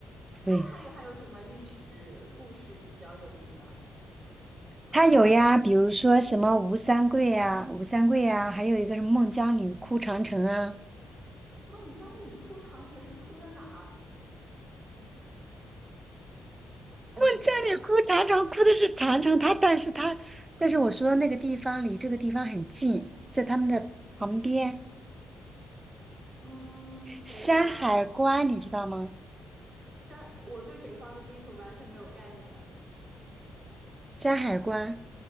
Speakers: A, on the right (about 45°); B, on the right (about 25°).
A: 那它有还有什么历史故事比较有名的？
B: 对。他有呀，比如说什么吴三桂呀、吴三桂呀，还有一个什么孟姜女哭长城啊，
A: 孟姜女哭长城是哭的哪儿？
B: 孟姜女哭长城哭的是长城，
A: 你这个，
B: 他但是他，但是我说的那个地方离这个地方很近，在他们的旁边，
A: 嗯，
B: 山海关你知道吗？
A: 等一下啊，这我对北方的地图完全没有概念，
B: 山海关